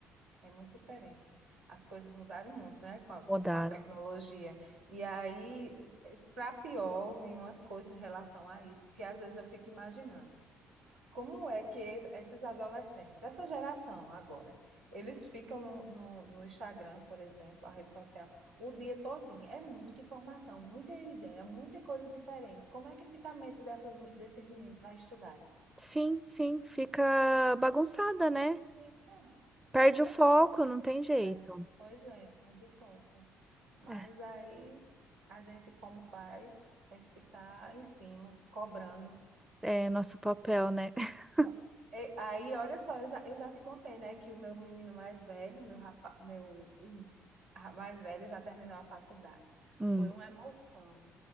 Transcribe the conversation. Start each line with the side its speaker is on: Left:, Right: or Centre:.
Right: É muito diferente. As coisas mudaram muito, né, com a,
Centre: Mudaram.
Right: com a tecnologia. E aí, para pior, em umas coisas em relação a isso, que às vezes eu fico imaginando. Como é que esses adolescentes, essa geração agora, eles ficam no, no, no Instagram, por exemplo, a rede social, o dia todinho? É muita informação, muita ideia, muita coisa diferente. Como é que fica a mente dessas, desses meninos para estudarem?
Centre: Sim, sim, fica bagunçada, né?
Right: Fica.
Centre: Perde
Right: É,
Centre: o foco, não tem jeito.
Right: é, é. Pois é, perde o foco. Mas
Centre: É,
Right: aí a gente, como pais, tem que ficar em cima, cobrando.
Centre: é nosso papel, né? <laughs>
Right: Ma- e- Aí, olha só, eu já, eu já te contei, né, que o meu menino mais velho, meu rapaz, meu hum, ra- mais velho já terminou a faculdade.
Centre: Hum.
Right: Foi uma emoção.